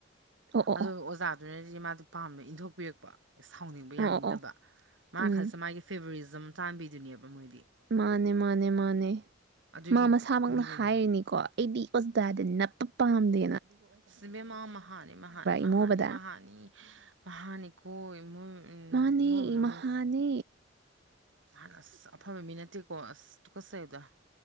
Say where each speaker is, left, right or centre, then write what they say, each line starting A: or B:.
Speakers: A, on the right; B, on the right.
A: ꯑꯣ ꯑꯣ
B: ꯑꯗꯨ
A: ꯑꯣ
B: ꯑꯣꯖꯥꯗꯨꯅꯗꯤ ꯃꯥ ꯑꯗꯨ ꯄꯥꯝꯅ ꯏꯟꯊꯣꯛꯄꯤꯔꯛꯄ ꯁꯥꯎꯅꯤꯡꯕ
A: ꯑꯣ
B: ꯌꯥꯅꯤꯡꯗꯕ
A: ꯑꯣ ꯑꯣ
B: ꯃꯥ
A: ꯎꯝ
B: ꯈꯜꯁꯨꯦ ꯃꯥꯒꯤ ꯐꯦꯕꯔꯤ ꯑꯗꯨꯝ ꯇꯥꯟꯕꯤꯗꯨꯅꯦꯕ ꯃꯣꯏꯗꯤ
A: ꯃꯥꯅꯦ ꯃꯥꯅꯦ ꯃꯥꯅꯦ
B: ꯑꯗꯨꯒꯤ
A: ꯃꯥ ꯃꯁꯥꯃꯛꯅ
B: ꯃꯤꯗꯨꯅꯦ
A: ꯍꯥꯏꯔꯤꯅꯤꯀꯣ
B: ꯍꯥꯏꯕ
A: ꯑꯩꯗꯤ ꯄꯥꯛꯇꯦ ꯍꯥꯏꯔꯗꯤ ꯅꯞ ꯄ ꯄꯥꯝꯗ
B: ꯁꯤ ꯏꯕꯦꯝꯃꯥ ꯃꯍꯅꯤ ꯃꯍꯅꯤ ꯃꯍꯥꯅꯤ
A: ꯏꯃꯣꯕꯗ
B: ꯃꯍꯥꯅꯤ ꯃꯍꯥꯅꯤꯀꯣ ꯏꯣꯏ
A: ꯃꯥꯅꯦ
B: ꯏꯃꯣꯏꯅ
A: ꯃꯍꯥꯅꯦ
B: ꯍꯥꯟꯅ ꯑꯁ ꯑꯐꯕ ꯃꯤ ꯅꯠꯇꯦ ꯀꯣꯁ ꯀꯁ ꯇꯨꯈꯠꯆꯩꯗ